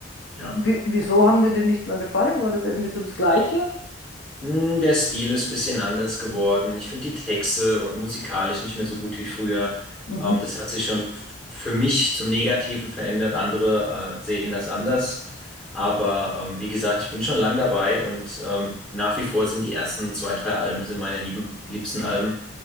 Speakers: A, in the centre; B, on the left.
A: Ja.
B: Wie, wieso haben dir die nicht mehr gefallen? War das irgendwie so das Gleiche?
A: Hm, Der Stil ist ein bisschen anders geworden. Ich finde die Texte und musikalisch nicht mehr so gut wie früher.
B: Mhm,
A: Ähm, das hat sich schon f- für mich zum Negativen verändert. Andere äh, sehen das anders. Aber ähm, wie gesagt, ich bin schon lang dabei und ähm, nach wie vor sind die ersten zwei, drei Alben sind meine lieben, liebsten Alben.